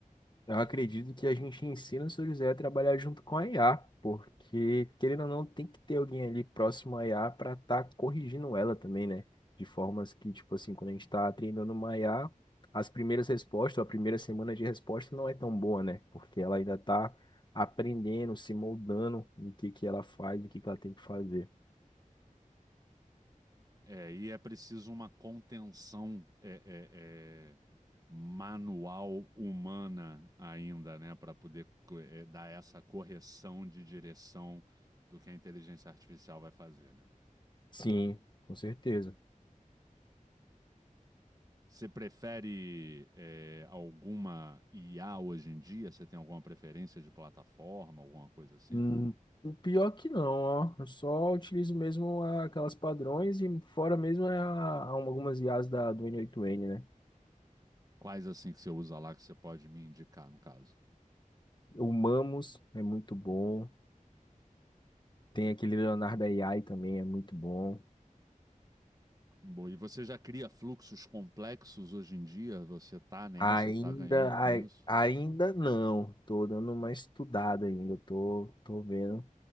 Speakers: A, on the left; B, on the right.
A: Eu acredito que a gente ensina o seu José a trabalhar junto com a IA, porque, querendo ou não, tem que ter alguém ali próximo à IA para estar corrigindo ela também, né? De formas que, tipo assim, quando a gente está treinando uma IA, as primeiras respostas, ou a primeira semana de resposta não é tão boa, né? Porque ela ainda está aprendendo, se moldando no que que ela faz, o que que ela tem que fazer.
B: É, e é preciso uma contenção é, é, é, manual humana ainda, né, para poder co- é, dar essa correção de direção do que a inteligência artificial vai fazer, né?
A: Sim, com certeza.
B: Você prefere é, alguma IA hoje em dia? Você tem alguma preferência de plataforma, alguma coisa assim?
A: Hum, o pior que não, ó. Eu só utilizo mesmo a- aquelas padrões e fora mesmo é a, a algumas I as da, do N8N, né?
B: Quais assim que você usa lá que você pode me indicar, no caso?
A: O Mamos é muito bom. Tem aquele Leonardo AI também, é muito bom.
B: Bom, e você já cria fluxos complexos hoje em dia? Você tá nessa,
A: Ainda,
B: tá ganhando
A: ai-
B: com isso?
A: ainda não. Tô dando uma estudada ainda. Tô, tô vendo.